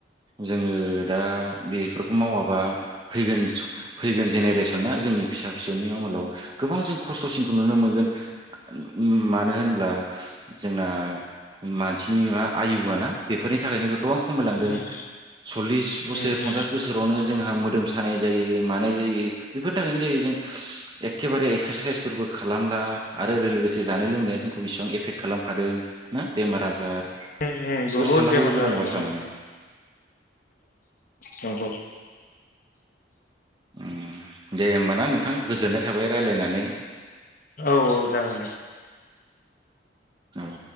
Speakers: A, on the right (about 25°); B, on the left (about 50°).
A: जोङो दा बेफोरखौ मावा बा फैगोन फैगोन जेनेरेसना जोंनि फिसा फिसौनि आमोलाव गोबां जों खस्थ'सिनखौ नुनो मोनगोन ओम मानो होनब्ला जोंना मानसिनि मा आयुआ ना बेफोरनि थाखायनो गोबां खमायलांदों
B: उम
A: सल्लिस बोसोर
B: उम उम
A: पनसास बोसोरावनो जोंहा मोदोम सानाय जायो मानाय जायो बेफोरनि थाखायनो जायो जों एखेबारे एक्सारसाइसबो खालामला आरो लोगोसे जानाय लोंनाया जोंखौ बेसेेबां एफेक्ट खालाम हादों ना बेमार आजार बेफोर
B: उम उम बहुद
A: साननांगौ
B: बेमार
A: गोनां
B: जादों
A: बाथ्रा
B: बिनि
A: माने
B: नंगौ
A: ओम दे होमबाना नोंथां गोजोननाय थाबाय रायलायनानै
B: औ औ जागोन दे
A: औ